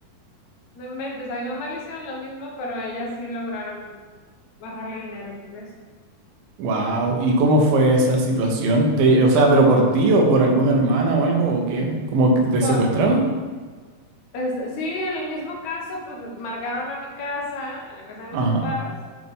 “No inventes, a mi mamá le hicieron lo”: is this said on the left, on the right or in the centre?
Left